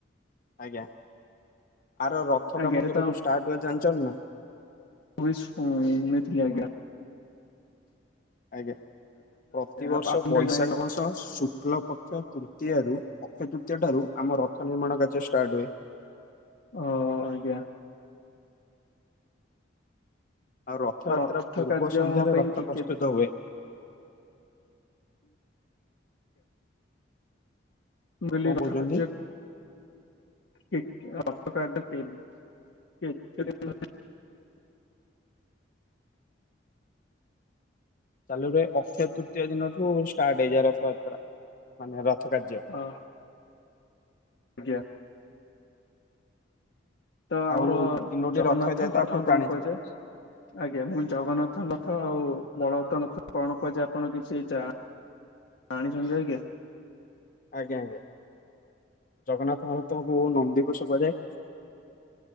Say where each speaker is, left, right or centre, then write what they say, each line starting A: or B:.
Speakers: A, on the left (about 45°); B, on the left (about 65°).
A: ଆଜ୍ଞା। ଆର
B: ଆଜ୍ଞା
A: କାାମ
B: ସେ
A: କେବେଠୁ
B: ତ
A: ଷ୍ଟାର୍ଟ ହୁଏ ଜାଣିଛନ ନା
B: ଉ ଉମଦ ଲି କ
A: ଆଜ୍ଞା ପ୍ରତିବର୍ଷ
B: ଆପଣ ଟିକେ
A: ବୈଶାଖ
B: ଜାଣିଲେ
A: ମାସ ଶୁକ୍ଲ ପକ୍ଷ ଅକ୍ଷୟ ତୃତୀୟ ର ଅକ୍ଷୟ ତୃତୀୟ ଠାରୁ ଆମ ରଥ ନିର୍ମାଣ କାର୍ଯ୍ୟ ଷ୍ଟାର୍ଟ ହୁଏ।
B: ଓ ଆଜ୍ଞା।
A: ଆଉ ରଥଯାତ୍ରା
B: ରଥ
A: ପୂର୍ବ
B: କାର୍ଯ୍ୟ
A: ସନ୍ଧ୍ୟାରେ
B: ହବା ପାଇଁ
A: ରଥ
B: ଟିକେ
A: ପ୍ରସ୍ତୁତ ହୁଏ।
B: ଗଲିଥା।
A: କଣ କହୁଛନ୍ତି
B: <unintelligible>
A: ଚାଲୁରେ ଅକ୍ଷୟ ତୃତୀୟ ଦିନଠୁ ଷ୍ଟାର୍ଟ ହେଇଯାଏ। ରଥଯାତ୍ରା ମାନେ ରଥ କାର୍ଯ୍ୟ।
B: ହଁ। ଆଜ୍ଞା। ତ ଆମର
A: ଆଉ ତିନୋଟି
B: ଜଗନ୍ନାଥଙ୍କରଥା
A: ରଥ ହେଇଯାଏ ତ ଆପଣ ଜାଣିଥିବେ
B: କଣ କରୁଚ। ଆଜ୍ଞା ମୁଁ ଜଗନ୍ନାଥ ନଥ ଆଉ ବଳବତ ନଥ କଣ କୁହ ଯେ ଆପଣ କିଛି ଯା ପାଣି ସଞଜୟ ଆଞା।
A: ଆଜ୍ଞା ଆଜ୍ଞା ଜଗନ୍ନାଥ ମହାତଙ୍କୁ ନମ ଦିବସ କ ଯାଏ।